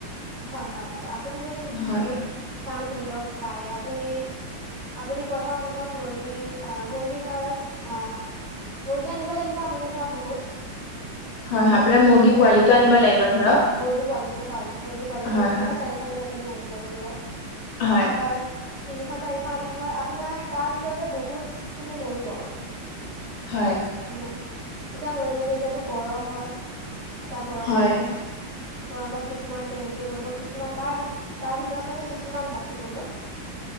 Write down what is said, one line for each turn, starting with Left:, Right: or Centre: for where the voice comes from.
Right: হয় হয় হয়, আপুনি যদি মুৰ্গী
Left: হয়
Right: ফাৰ্ম খুলিব পাৰে আপুনি আপুনি প্ৰথম প্ৰথম মুৰ্গী অ মুৰ্গী ধৰ আহ মুৰ্গী আনিব লাগিব আপুনি ধৰ বহুত।
Left: হয় হয় আপোনাৰ
Right: তিনিশ
Left: মুৰ্গী
Right: চাৰিশ
Left: পোৱালিটো
Right: মান
Left: আনিব লাগিব ধৰক
Right: মুৰ্গী পোৱালিটো হয়। মুৰ্গী পোৱালিটো
Left: হয়
Right: তিনিশ
Left: হয়
Right: চাৰিশ মান আপুনি আনিব লাগিব।
Left: হয়
Right: ধৰ তিনিশ চাৰিশ আনি ধৰ আপোনাৰ তাৰ ভিতৰতে বহুত খিনি মৰিব।
Left: হয়।
Right: মানে এতিয়া মৰিব মানে এতিয়াতো গৰম হয় এতিয়া গৰমত।
Left: হয়
Right: গৰমত কি ছুমান তেনেকে মৰিব, কিছুমান তাৰ তাৰ ভিতৰত মানে কিছুমান বাচিব গৈ।